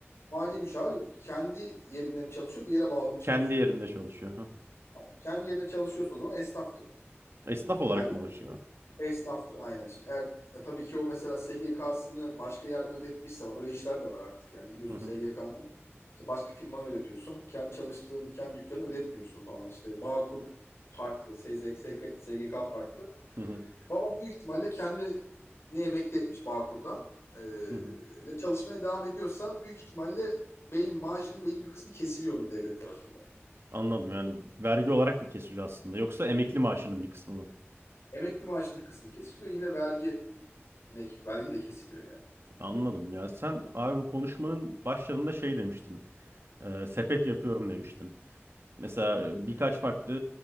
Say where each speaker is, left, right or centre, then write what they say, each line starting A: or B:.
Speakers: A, on the left; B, on the right.
A: mali müşavir kendi yerinde mi çalışıyor bir yere bağlı mı çalışıyordu?
B: Kendi yerinde çalışıyor. Ha.
A: Tamam. Kendi yerine çalışıyorsa o zaman esnaftır o.
B: Esnaf olarak
A: Yani
B: mı çalışıyor?
A: Esnaftır aynen. Şimdi eğer e, tabii ki o mesela SGK'sını başka yerden ödetmişse öyle işler de var artık. Yani gidiyorsun
B: Hı
A: SGK'nı
B: hı,
A: işte başka firmaya ödetiyorsun. Kendi çalıştığın, kendi dükkanı ödetmiyorsun falan. İşte Bağkur farklı, SZK, SGK farklı.
B: hı hı,
A: Babam büyük ihtimalle kendi ne emekli etmiş Bağkur'dan. Ee,
B: hı hı.
A: ve çalışmaya devam ediyorsa büyük ihtimalle belli, maaşının belli bir kısmı kesiliyordur devlet tarafından.
B: Anladım yani vergi olarak mı kesiliyor aslında yoksa emekli maaşının bir kısmı mı?
A: Emekli maaşının bir kısmı kesiliyor. Yine vergi yine vergi de kesiliyor yani.
B: Anladım ya sen abi bu konuşmanın başlarında şey demiştin. Ee, sepet yapıyorum demiştin. Mesela
A: Hı hı.
B: birkaç farklı